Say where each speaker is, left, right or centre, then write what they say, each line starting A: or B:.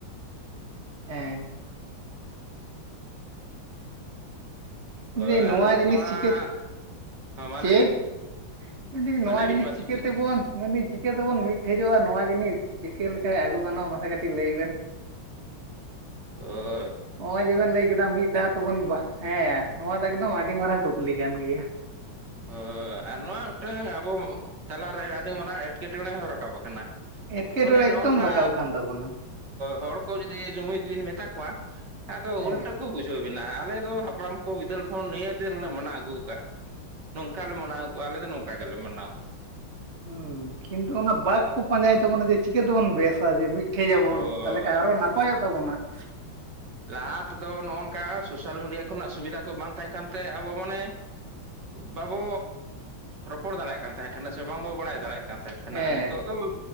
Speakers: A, on the right; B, on the right.
A: ᱦᱮᱸ
B: ᱦᱳᱭ
A: ᱞᱟᱹᱭ ᱫᱟᱹᱧ ᱱᱚᱣᱟ
B: ᱟᱞᱮ ᱥᱮᱫ
A: ᱡᱤᱱᱤᱥ
B: ᱫᱚ ᱦᱟᱸᱜ
A: ᱪᱤᱠᱟᱹ
B: ᱦᱚᱸ ᱢᱟ
A: ᱪᱮᱫ
B: ᱞᱟᱹᱭᱵᱤᱱ
A: ᱢᱮᱱᱫᱟ. ᱧ ᱱᱚᱣᱟ
B: ᱞᱟᱹᱭᱵᱤᱱ
A: ᱡᱤᱱᱤᱥ
B: ᱢᱟ
A: ᱪᱤᱠᱟᱹ
B: ᱪᱮᱫ ᱵᱤᱱ ᱞᱟᱹᱭᱮᱫ
A: ᱛᱮᱵᱚᱱ
B: ᱛᱟᱦᱮᱸ ᱠᱟᱱᱟ?
A: ᱢᱮᱱᱫᱟᱹᱧ ᱪᱤᱠᱟᱹ ᱛᱮᱵᱚᱱ ᱢᱤᱫ ᱴᱷᱮᱡᱚᱜᱼᱟ ᱱᱚᱣᱟ ᱡᱤᱱᱤᱥ ᱪᱤᱠᱟᱹ ᱞᱮᱠᱟᱭ ᱟᱹᱜᱩ ᱜᱟᱱᱚᱜᱼᱟ ᱢᱟᱥᱮ ᱠᱟᱹᱴᱤᱡ ᱞᱟᱹᱭ ᱵᱮᱱ
B: ᱚ <unintelligible>
A: ᱱᱚᱜᱚᱭ ᱡᱮᱵᱮᱱ ᱞᱟᱹᱭ ᱠᱮᱫᱟ ᱢᱤᱫ ᱫᱷᱟᱣ ᱛᱮᱵᱚᱱ <unintelligible> ᱦᱮᱸ ᱱᱚᱣᱟ ᱫᱚ ᱮᱠᱫᱚᱢ ᱟᱹᱰᱤ ᱢᱟᱨᱟᱝ ᱠᱩᱠᱞᱤ ᱠᱟᱱ ᱜᱮᱭᱟ <unintelligible>
B: ᱚ ᱟᱨ ᱱᱚᱣᱟ ᱢᱤᱫᱴᱟᱝ ᱟᱵᱚ ᱛᱟᱞᱟᱨᱮ ᱟᱹᱰᱤ ᱢᱟᱨᱟᱝ ᱮᱴᱠᱮᱴᱚᱬᱮ ᱦᱚᱸ ᱨᱟᱠᱟᱵ ᱟᱠᱟᱱᱟ ᱾
A: ᱮᱴᱠᱮᱴᱚᱬᱮ
B: ᱢᱟᱱᱮ ᱱᱚᱜᱼ ᱱᱚᱝᱠᱟ
A: ᱮᱠᱫᱚᱢ ᱨᱟᱠᱟᱵ ᱟᱠᱟᱱ ᱛᱟᱵᱚᱱᱟ
B: ᱦᱚᱲ ᱠᱚ ᱡᱩᱫᱤ ᱡᱩᱢᱤᱫ ᱵᱤᱱ ᱢᱮᱛᱟ ᱠᱚᱣᱟ ᱟᱫᱚ
A: ᱦᱮᱸ
B: ᱩᱞᱴᱟᱹ ᱠᱚ ᱵᱩᱡᱷᱟᱹᱣ ᱵᱤᱱᱟ ᱟᱞᱮ ᱫᱚ ᱦᱟᱯᱲᱟᱢ ᱠᱚ ᱵᱤᱫᱟᱹᱞ ᱠᱷᱚᱱ ᱱᱤᱭᱟᱹ ᱫᱤᱱᱞᱮ ᱢᱟᱱᱟᱣ ᱟᱹᱜᱩ ᱠᱟᱜᱼᱟ ᱾ ᱱᱚᱝᱠᱟ ᱞᱮ ᱢᱟᱱᱟᱣ ᱠᱚᱣᱟ ᱟᱞᱮ ᱫᱚ ᱱᱚᱝᱠᱟ ᱜᱮᱞᱮ ᱢᱟᱱᱟᱣᱟ ᱾
A: ᱦᱩᱸ ᱠᱤᱱᱛᱩ ᱚᱱᱟ ᱵᱟᱜᱽ ᱠᱚ ᱯᱟᱸᱡᱟᱭ ᱛᱟᱵᱚᱱᱟ ᱡᱮ ᱪᱤᱠᱟᱹ ᱛᱮᱵᱚᱱ ᱵᱮᱥᱟ ᱡᱮ ᱴᱷᱤᱠ ᱟᱵᱚᱱ
B: ᱦᱳᱭ
A: ᱛᱟᱦᱚᱞᱮ ᱠᱷᱟᱱ ᱟᱨᱦᱚᱸ ᱱᱟᱯᱟᱭᱚᱜ ᱛᱟᱵᱚᱱᱟ ᱾
B: ᱞᱟᱦᱟ ᱛᱮᱫᱚ ᱱᱚᱜᱼᱝᱠᱟ ᱥᱳᱥᱟᱞ ᱢᱤᱰᱤᱭᱟ ᱠᱚᱨᱮᱱᱟᱜ ᱥᱩᱵᱤᱫᱷᱟ ᱠᱚ ᱵᱟᱝ ᱛᱟᱦᱮᱸ ᱠᱟᱱᱛᱮ ᱟᱵᱚ ᱢᱟᱱᱮ ᱵᱟᱵᱚ ᱨᱚᱯᱚᱲ ᱫᱟᱲᱮᱭᱟᱜ ᱠᱟᱱ ᱛᱟᱦᱮᱸ ᱠᱟᱱᱟ ᱥᱮ ᱵᱟᱝᱵᱚ ᱵᱟᱲᱟᱭ ᱫᱟᱲᱮᱭᱟᱜ ᱠᱟᱱᱟ ᱾ ᱠᱟᱱ ᱛᱟᱦᱮᱸ ᱠᱟᱱᱟ
A: ᱦᱮᱸ
B: ᱟᱨ ᱱᱤᱛᱚᱜ ᱫᱚ